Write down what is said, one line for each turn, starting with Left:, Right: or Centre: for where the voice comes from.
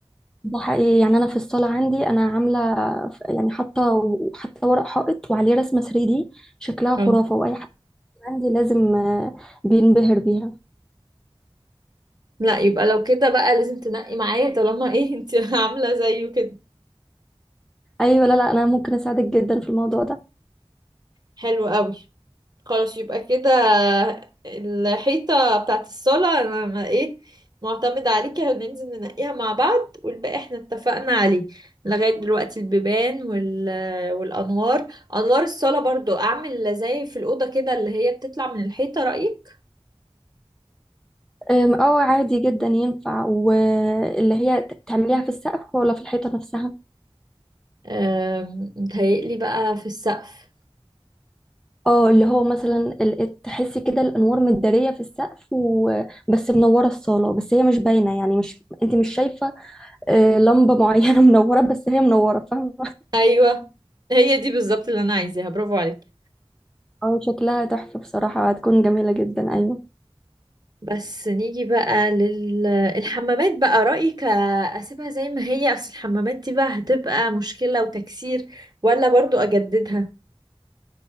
Centre: ده حقيقي يعني انا في الصاله عندي انا عامله ف- يعني حاطه حتى ورق حائط وعليه رسمه 3D شكلها خرافه
Right: اه
Centre: واي حد عندي لازم آه، بينبهر بيها
Right: لا يبقى لو كده بقى لازم تنقي معايا طالما ايه انت <laughs> عاملة زيه كده
Centre: ايوه لا لا انا ممكن اساعدك جدا في الموضوع ده
Right: حلو قوي خلاص يبقى كده الحيطة بتاعت الصالة انا ما- ايه معتمدة عليكي هننزل ننقيها مع بعض والباقي احنا اتفقنا عليه لغاية دلوقتي البيبان وال... والأنوار أنوار الصالة برضو أعمل زي في الأوضة كده اللي هي بتطلع من الحيطة رأيك؟
Centre: أم، اه عادي جدا ينفع واللي هي ت- تعمليها في السقف ولا في الحيطه نفسها
Right: أم... متهيألي بقى في السقف
Centre: اه اللي هو مثلا ال- تحسي كده الانوار متداريه في السقف وبس منوره الصاله بس هي مش باينه يعني مش انت مش شايفه آه، لمبه معينه <laughs> منوره بس هي منوره فاهمه
Right: أيوة هي دي بالظبط اللي أنا عايزاها برافو عليك
Centre: اه شكلها تحفة بصراحة هتكون جميلة جدا أيوة
Right: بس نيجي بقى للحمامات بقى رأيك أسيبها زي ما هي أصل الحمامات دي بقى هتبقى مشكلة وتكسير ولا برضو أجددها